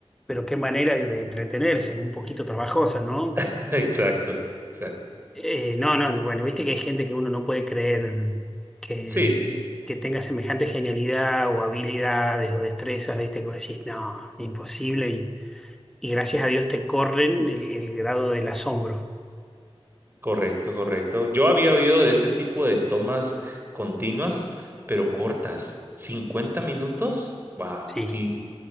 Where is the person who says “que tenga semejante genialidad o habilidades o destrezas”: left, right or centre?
Centre